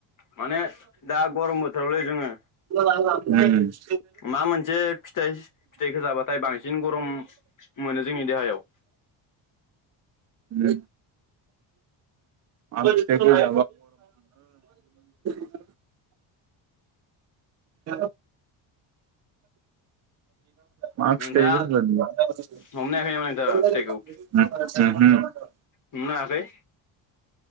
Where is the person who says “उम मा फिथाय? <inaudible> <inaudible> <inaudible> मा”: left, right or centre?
Right